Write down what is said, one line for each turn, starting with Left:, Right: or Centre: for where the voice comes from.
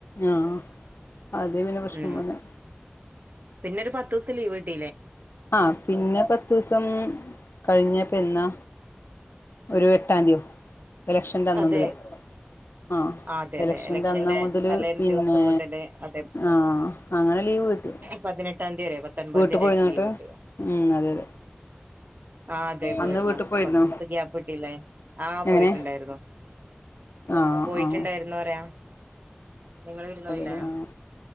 Left: ആഹ്. അതേ പിന്നെ പ്രശ്നം
Right: ഉം
Left: വന്നെ.
Right: പിന്നെ ഒരു പത്ത് ദിവസം ലീവ് കിട്ടയില്ലേ.
Left: ആഹ് പിന്നെ പത്തു ദിവസം കഴിഞ്ഞപ്പ എന്നാ. ഒരു എട്ടാംതിയോ ഇലക്ഷൻന്റെ അന്ന്
Right: അതെ
Left: മുതല്. ആഹ്
Right: അതെ
Left: എലക്ഷന്റെ
Right: അതെ
Left: അന്ന് മുതല്
Right: തലേന്ന്
Left: പിന്നെ
Right: ദിവസം മുതല് അതെ
Left: ആഹ് അങ്ങനെ ലീവ് കിട്ടി.
Right: പതിനെട്ടാം തിയതി വരെ പത്തൊൻപാന്തി
Left: വീട്ട് പോയിന്നോ
Right: ആയിട്ട്
Left: എന്നിട്ട്
Right: ലീവ് കട്ടിയ.
Left: ഉം അതെ അതെ
Right: ആഹ് അതെ പോയിരുന്നു
Left: അന്ന് വീട്ടിൽ പോയിരുന്നോ
Right: പത്ത് ദിവസതെ ഗ്യാപ്പ്ട്ടില്ലേ ആഹ്
Left: എങ്ങനെ
Right: പോയിട്ടുണ്ടായിരുന്നു.
Left: ആഹ്
Right: പോയിട്ടുണ്ടായിരുന്നു
Left: ആഹ്
Right: പറയാ. നിങ്ങള് ഇരുന്നോയില്ലേ
Left: അതല്ലേ ആഹ്.